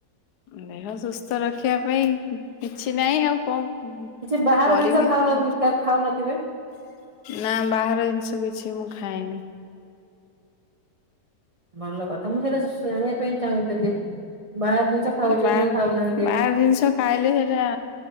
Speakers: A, on the left; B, on the right.
A: ଦେହ ସୁସ୍ଥ ରଖିବା ପାଇଁ କିଛି ନାଇଁ ଆଉ କଣ।
B: କିଛି ବାହାର
A: କରିବି
B: ଜିନିଷ ଖାଉନ-ଖାଉନଥିବେ?
A: କଣ ନା ବାହାର ଜିନିଷ କିଛି ମୁଁ ଖାଏନି।
B: ଭଲ କଥା ମୁଁ ସେଇଟା ଶୁ ଜାଣିବା ପାଇଁ ଚାହୁଁଥିଲି। ବାହାର ଜିନିଷ ଖାଉଛନ୍ତି
A: ବା-ବାହାର
B: ନା ଖାଉନାହାନ୍ତି।
A: ଜିନିଷ ଖାଇଲେ ସେଇଟା